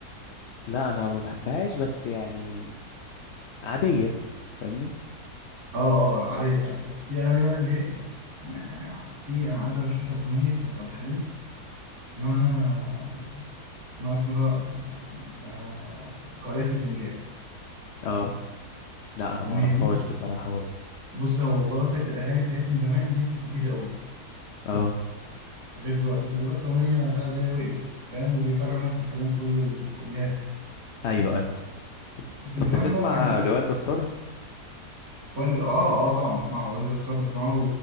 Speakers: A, on the left (about 60°); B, on the right (about 65°).
A: لا انا ما بحبهاش بس يعني عادية فاهمني
B: أه أه عادية فعلا بس في أغاني بقى اللي هي بتاعت- يعني في أنا عايز أرشح لك أغنية بتاعت عبد الحليم اسمها اسمها اسمه ده آه... قارئة الفنجان
A: اه لا
B: الأغنية
A: انا ما اعرفهاش
B: دي
A: بصراحة برضه
B: بص هو باخد الأغاني بتاعتهم زمان إن هي كانت كبيرة قوي
A: اه
B: غير دلوقتي أنت دلوقتي الأغنية تلات دقايق وقلب أنت فاهم وبيكرر نفس الكلام كل الكوبليهات
A: ايوه ايوه
B: لكن
A: طب
B: زمان
A: بتسمع
B: بقى كان
A: لوائل جسار
B: وائل آه آه طبعا بسمع له وائل جسار بسمع له